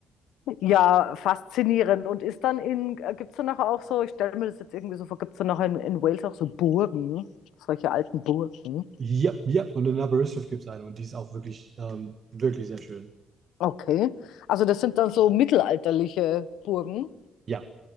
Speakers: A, on the left; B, on the right.
A: Ja, faszinierend. Und ist dann in, gibt es dann nachher auch so, ich stelle mir das jetzt irgendwie so vor, gibt es dann nachher in, in Wales auch so Burgen, solche alten Burgen?
B: Ja, ja, und in Aberystwyth gibt es eine und die ist auch wirklich, ähm, wirklich sehr schön.
A: Okay. Also das sind dann so mittelalterliche Burgen.
B: Ja.